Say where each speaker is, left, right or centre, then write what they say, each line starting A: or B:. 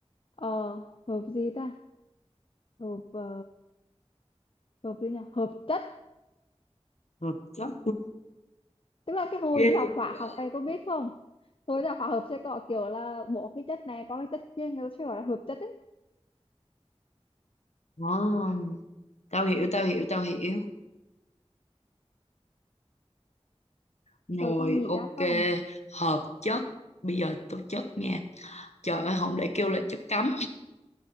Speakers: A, on the left (about 55°); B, on the left (about 80°).
A: ờ hợp gì ta hợp ờ, hợp gì nhỉ hợp chất
B: hợp chất
A: tức là cái hồi
B: ghê
A: đi học hóa
B: vậy.
A: học này cô biết không hồi đi học hóa học sẽ có kiểu là bỏ cái chất này qua cái chất kia người ta sẽ gọi là hợp chất ấy
B: Ờ, tao hiểu tao hiểu tao hiểu Rồi
A: rồi con nghĩ
B: ok
A: ra không
B: hợp chất bây giờ tôi chất nha trời ơi không để kêu là chất cấm